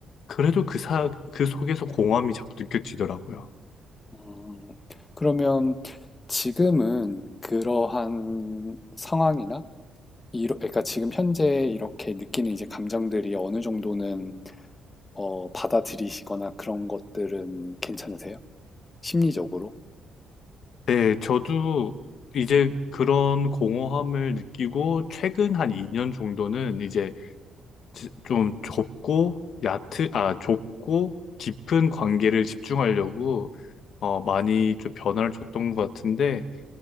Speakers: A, on the left (about 65°); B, on the left (about 25°).
A: 그래도 그 사, 그 속에서 공허함이 자꾸 느껴지더라고요.
B: 음, 그러면 지금은 그러한 상황이나 이러, 그러니까 지금 현재 이렇게 느끼는 이제 감정들이 어느 정도는 어, 받아들이시거나 그런 것들은 괜찮으세요? 심리적으로?
A: 네, 저도 이제 그런 공허함을 느끼고 최근 한 2년 정도는 이제 지- 좀 좁고 얕은, 아, 좁고 깊은 관계를 집중하려고 어, 많이 좀 변화를 줬던 것 같은데